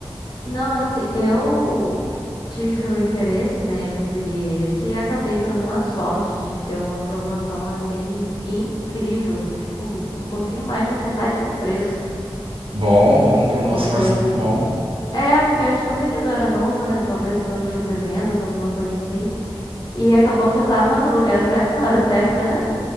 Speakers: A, on the left; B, on the right.
A: Não, assim, eu tive o interesse, né, de adquirir esse e acabei dando uma sorte de ter uma promoção assim incrível, tipo, um pouquinho mais da metade do preço,
B: Bom, bom, promoção
A: porque
B: é
A: eu
B: sempre bom.
A: É, porque acho que o vendedor era novo, né? Tava precisando fazer vendas, alguma coisa assim. E acabou que eu tava no lugar certo, na hora certa, né?